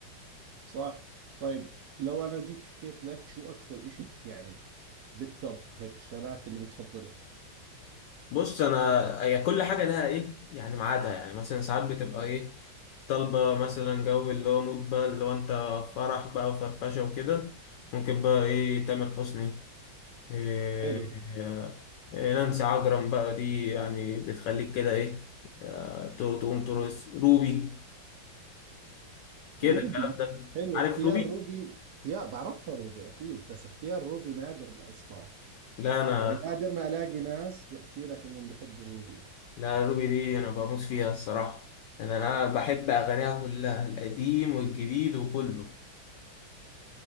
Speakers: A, on the right; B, on the left.
A: صح طيب لو انا جيت حكيت لك شو اكثر اشي يعني بالتوب هيك الشغلات اللي بتفضلها
B: بص انا هي كل حاجه لها ايه يعني ميعادها يعني مثلا ساعات بتبقى ايه طالبه مثلا جو اللي هو مود بقى اللي هو انت فرح بقى وفرفشه وكده ممكن بقى ايه تامر حسني إيه
A: حلو
B: إيه إيه نانسي عجرم بقى دي يعني بتخليك كده ايه آه، تو- تقوم ترقص روبي كده
A: روبي
B: الكلام ده
A: حلو
B: عارف
A: اختيار
B: روبي
A: روبي اختيار بعرفها روبي اكيد بس اختيار روبي نادر ما اسمعه
B: لا انا
A: يعني نادر ما الاقي ناس بحكي لك انهم بحبوا روبي
B: لا روبي دي انا بموت فيها الصراحه انا انا بحب اغانيها كلها القديم والجديد وكله